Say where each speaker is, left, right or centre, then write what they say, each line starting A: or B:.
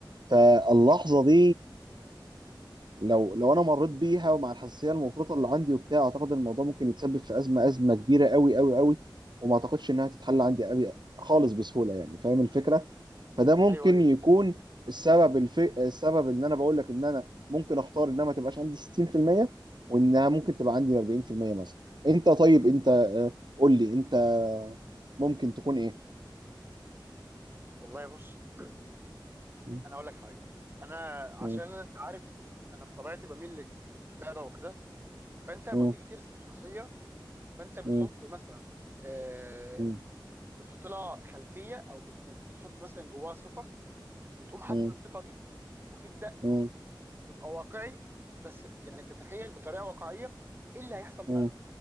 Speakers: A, on the right (about 65°); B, on the right (about 25°).
A: فاللحظه دي لو لو انا مريت بيها ومع الحساسيه المفرطه اللي عندي وبتاع اعتقد الموضوع ممكن يتسبب في ازمه ازمه كبيره قوي قوي قوي وما اعتقدش انها تتحل عندي قوي خالص بسهوله يعني فاهم الفكره
B: مم.
A: فده ممكن
B: ايوه ايوه
A: يكون السبب الف... السبب ان انا بقول لك ان انا ممكن اختار انها ما تبقاش عندي 60% وانها ممكن تبقى عندي 40% مثلا انت طيب
B: مم.
A: انت آه، قول لي انت ممكن تكون ايه
B: والله بص <clears throat>
A: م-
B: انا اقول لك حاجه انا
A: م-
B: عشان انت عارف انا بطبيعتي بميل لل- للكتابه وكده فانت لما
A: م-
B: بتيجي ترسم شخصيه فانت بتحط
A: م-
B: مثلا آه،
A: م-
B: بتحط لها خلفيه او بت- لما بتيجي تحط مثلا جواها صفه بتقوم حاطط
A: م-
B: الصفه دي وتبدا
A: م- م-
B: تبقى واقعي بس يعني بتتخيل بطريقه واقعيه ايه اللي هيحصل
A: م-
B: فعلا